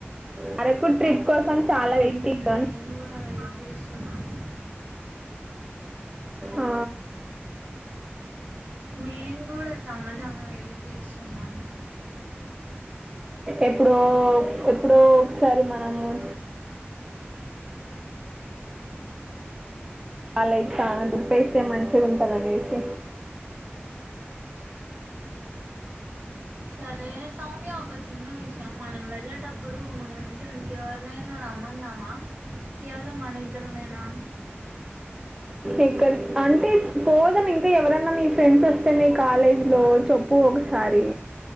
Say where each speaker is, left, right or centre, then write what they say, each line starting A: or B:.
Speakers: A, on the right; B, on the right.
A: వరకు ట్రిప్ కోసం చాలా వెయిటింగ్
B: ఉమ్
A: కానీ
B: నేను గుడా చాలా వెయిట్ చేస్తునను
A: ఆ,
B: నేను కూడా చానా చానా వెయిట్ చేస్తున్నా
A: ఎప్పుడో ఎప్పుడో ఒకసారి మ కమదు లేస్తా చానాదుప్పేస్తే మంచిగా ఉంటుంది అనేసి.
B: సరే సౌమ్య ఒక చిన్న విషయం మనం వెళ్ళేటప్పుడు మనం వెంటే ఇంకెవరినైనా రమ్మందామా కేవలం మన ఇద్దరమేనా.
A: ఎక్కడిక్ అంటే పోదాం ఇంకా ఎవరన్నా మీ ఫ్రెండ్స్ వస్తే మీ కాలేజ్లో చెప్పు ఒకసారి